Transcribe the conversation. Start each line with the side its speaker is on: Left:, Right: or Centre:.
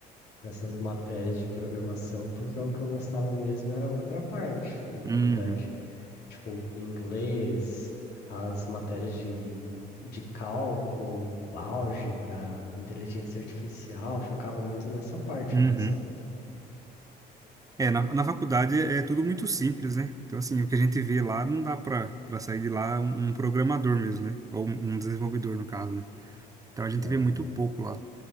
Left: nessas matérias de programação, porque o que eu gostava mesmo era a outra parte da faculdade,
Right: uhum,
Left: tipo inglês, as matérias de, de cálculo, álgebra, inteligência artificial, focava muito nessa parte
Right: uhum.
Left: lá, sabe?
Right: É, na, na faculdade é é tudo muito simples, né? Então, assim, o que a gente vê lá não dá para para sair de lá um, um programador mesmo, né? Ou um, um desenvolvedor, no caso, né? Então a
Left: Não.
Right: gente vê muito pouco lá.